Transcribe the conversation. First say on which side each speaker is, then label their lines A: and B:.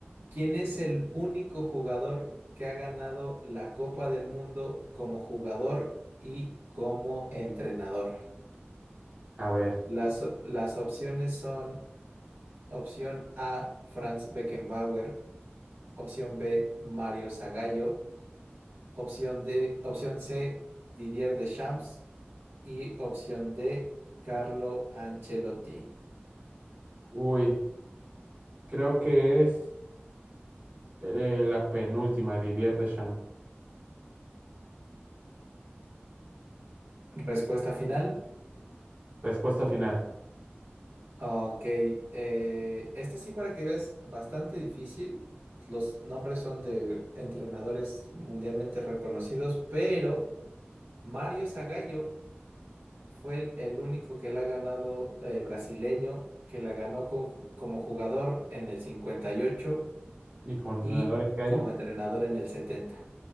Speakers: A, on the right; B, on the right.
A: quién es el único jugador que ha ganado la Copa del Mundo como jugador y como entrenador?
B: A ver.
A: Las, las opciones son opción A, Franz Beckenbauer, opción B, Mario Zagallo, opción D, opción C, Didier Deschamps y opción D, Carlo Ancelotti.
B: Uy, creo que es eh, la penúltima, Didier Deschamps.
A: Respuesta final.
B: Respuesta final.
A: Ah, Ok. eh, esta sí para que veas, bastante difícil. Los nombres son de entrenadores mundialmente reconocidos, pero Mario Zagallo fue el, el único que la ha ganado eh, brasileño, que la ganó con ju- como jugador en el 58 y ocho
B: ¿Y como entrenador
A: y
B: en qué año?
A: como entrenador en el 70.